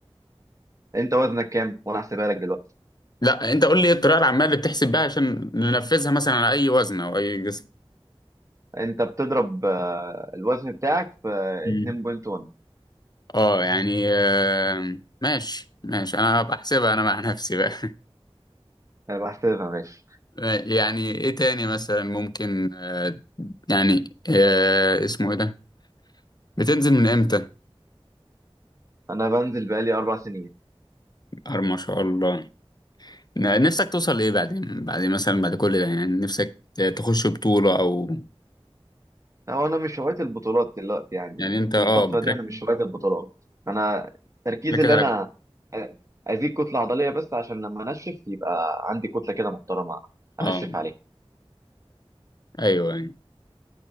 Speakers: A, on the right (about 30°); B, on the left (about 40°).
A: انت وزنك كام وانا هحسبها لك دلوقتي
B: لا انت قول لي ايه الطريقة العامة اللي بتحسب بيها عشان ننفذها مثلا على اي وزن او اي جسم
A: انت بتضرب آه، الوزن بتاعك في
B: مم.
A: 2.1
B: اه يعني آه ماشي ماشي انا هبقى احسبها انا مع نفسي بقى
A: انا بحسبها ماشي
B: <laughs> يعني ايه تاني مثلا ممكن آه يعني آه اسمه ايه ده بتنزل من امتى
A: انا بنزل بقالي اربع سنين
B: ار ما شاء الله ن- نفسك توصل لايه بعدين بعد مثلا بعد كل ده يعني نفسك ت- تخش بطولة او
A: هو انا مش هوايه البطولات دلوقتي يعني
B: يعني
A: يعني
B: انت
A: في
B: اه
A: الفتره
B: بتركز
A: دي انا مش هوايه البطولات انا تركيزي
B: بتركز
A: اللي
B: على
A: انا آه، ازيد كتله عضليه بس عشان لما انشف يبقى عندي كتله كده محترمه انشف
B: اه
A: عليها
B: ايوه أيوه.